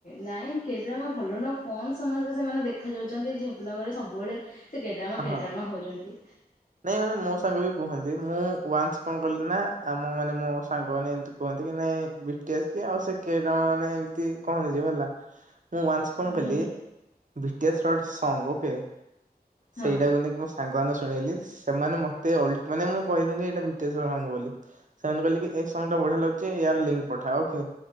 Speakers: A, on the left; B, on the right.
A: ନାଇଁ କିଟା ମ ଭଲ ନ କଣ ସମସ୍ତେ ସେମାନେ ଦେଖା ଯାଉଛନ୍ତି ଝିଅ ପିଲା ବେଳେ ସବୁବେଳେ ସେ କେଡ୍ରାମା କେଡ୍ରାମା
B: ହଁ
A: ହଉଛନ୍ତି।
B: ନାଇଁ ମାନେ ମୋ ସାଙ୍ଗ ବି କୁହନ୍ତି ମୁଁ ୱାନ୍ସ କଣ କଲି ନା ଆମ ମାନେ ମୋ ସାଙ୍ଗ ମାନେ ଏମତି କୁହନ୍ତି କି ନାଇଁ ବିଟ୍ ଆସ୍‌କେ ଆଉ ସେ କେଡ୍ରାମା ମାନେ ଏମତି କହନ୍ତି ଯିବ ହେଲା। ମୁଁ ୱନ୍ସ କଣ
A: ହୁଁ
B: କଲି ବିଟ୍ ଆସ୍ଡ ସଙ୍ଗ କେ
A: ହଁ।
B: ସେଇଟାକୁ ନେଇକି ମୁ ସାଙ୍ଗମାନେ ଶୁଣେଇଲି ସେମାନେ ମତେ ଅଲ୍ ମାନେ ମୁଁ କହିଲିନି କି ଏଟା ବିଟେଶର ସଙ୍ଗ ବୋଲି। ସେମାନେ କହିଲେ କି ଏ ସଙ୍ଗ ଟା ବଢିଆ ଲାଗୁଛି ଇଆର ଲିଙ୍କ ପଠା ଓକେ।